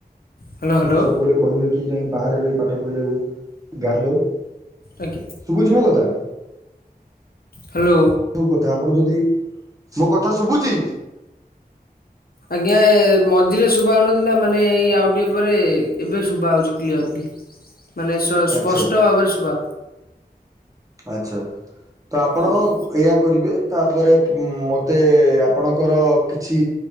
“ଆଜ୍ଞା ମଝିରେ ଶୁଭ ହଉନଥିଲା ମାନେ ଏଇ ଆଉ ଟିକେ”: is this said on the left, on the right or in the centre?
Left